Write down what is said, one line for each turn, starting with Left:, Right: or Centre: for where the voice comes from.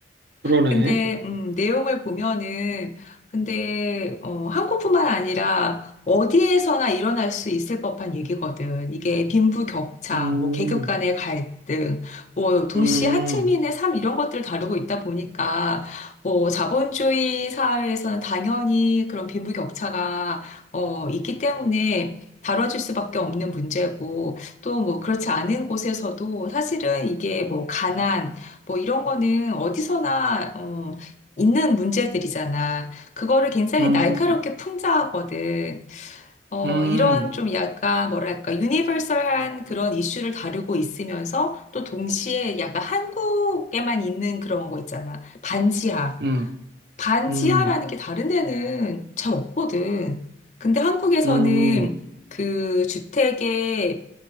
Right: 그러네.
Left: 근데 음, 내용을 보면은 근데 어, 한국뿐만 아니라 어디에서나 일어날 수 있을 법한 얘기거든. 이게 빈부격차,
Right: 음,
Left: 뭐 계급 간의 갈등, 뭐 도시
Right: 음,
Left: 하층민의 삶 이런 것들을 다루고 있다 보니까 뭐 자본주의 사회에서는 당연히 그런 빈부격차가 어, 있기 때문에 다뤄질 수밖에 없는 문제고 또 뭐 그렇지 않은 곳에서도 사실은 이게 뭐 가난 뭐 이런 거는 어디서나 어, 있는 문제들이잖아. 그거를 굉장히
Right: 음,
Left: 날카롭게 풍자하거든. 어,
Right: 음,
Left: 이런 좀 약간 뭐랄까 유니버설한 그런 이슈를 다루고 있으면서 또 동시에 약간 한국에만 있는 그런 거 있잖아. 반지하.
Right: 음,
Left: 반지하라는
Right: 음,
Left: 게 다른 데는 잘 없거든. 근데 한국에서는
Right: 음,
Left: 그 주택의